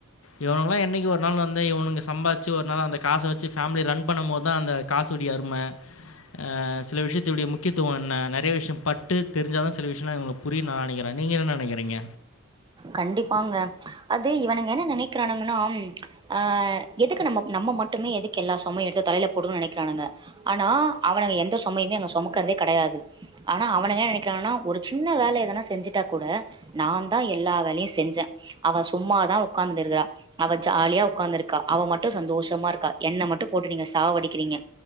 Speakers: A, on the left; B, on the right.
A: இவனுங்கலா என்னிக்கு ஒரு நாள் இவனுங்க சம்பாத்திச்சு ஒரு நாள் அந்த காச வச்சு ஃபேமிலி ரன் பண்ணும்போது தா அந்த காசோடய அரும அ சில விஷயத்துடைய முக்கியத்துவ என்ன நெறைய விஷய பட்டு தெரிஞ்சாதா சில விஷய எல்லா புரியு நா நெனைக்கிற நீங்க என்ன நெனக்கிறீங்க
B: கண்டிப்பாங்க அது இவனுங்க என்ன நெனைக்கிறானுங்கன்னா ஆ எதுக்கு நம்ம நம்ம மட்டுமே எதுக்கு எல்லா சொமயு எடுத்து தலையில போடுக்குனு நெனைக்கிறானுங்க ஆனா அவனுங்க எந்த சுமையுமே அங்க சுமக்கிறதே கிடையாது ஆனா அவனுங்க என்ன நெனைக்கிறான்னா ஒரு சின்ன வேலதானா செஞ்சுட்டா கூட நா தா எல்லா எல்லா வேலையு செஞ்சா அவ சும்மாதான் உக்காந்துட்டு இருக்குறா அவ ஜாலியா உட்காந்துருக்கா அவ மட்டு சந்தோஷமா இருக்கா என்ன மட்டும் போட்டு நீங்க சாவ அடிக்கிறீங்க